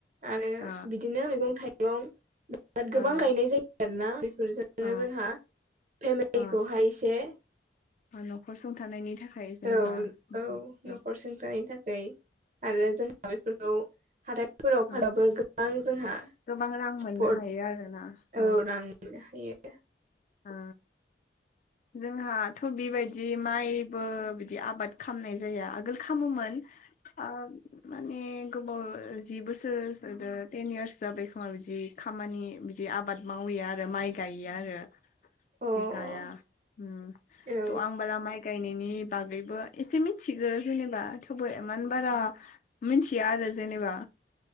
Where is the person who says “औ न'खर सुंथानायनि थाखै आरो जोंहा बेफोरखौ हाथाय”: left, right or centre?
Right